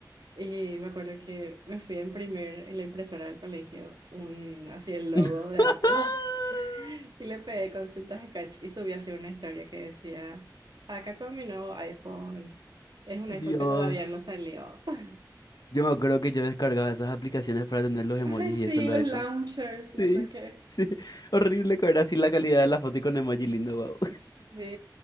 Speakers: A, on the right; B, on the left.
A: Y me acuerdo que me fui a imprimir en la impresora del colegio un, así el logo
B: <laughs>
A: de Apple <laughs> y le pegué con cintas scotch y subí así una historia que decía, acá con mi nuevo iPhone, es un
B: Dios.
A: iPhone que todavía no salió. <laughs>
B: Yo me acuerdo que yo descargaba esas aplicaciones para tener los emojis
A: Ay, sí,
B: y eso en los
A: los
B: iPhone.
A: launchers, no
B: Sí,
A: sé qué.
B: <laughs> sí. Horrible que era así la calidad de la foto y con emoji lindo, wow.
A: Sí,